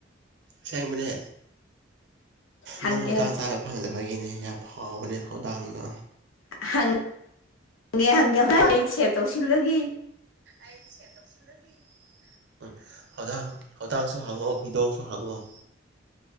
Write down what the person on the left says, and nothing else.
ꯍꯪꯒꯦ
ꯍꯪꯒꯦ ꯍꯪꯒꯦ ꯍꯣꯏ ꯑꯩ ꯁꯦꯚ ꯇꯧꯁꯤꯜꯂꯒ